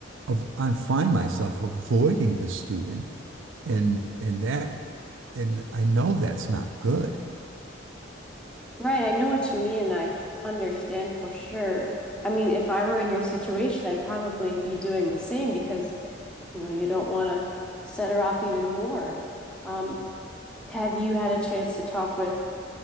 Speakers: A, on the right (about 75°); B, in the centre.
A: of, I find myself avoiding the student and and that and I know that's not good.
B: Right, I know what you mean, and I understand for sure. I mean, if I were in your situation, I'd probably be doing the same because You know, you don't want to set her off even more. Um, have you had a chance to talk with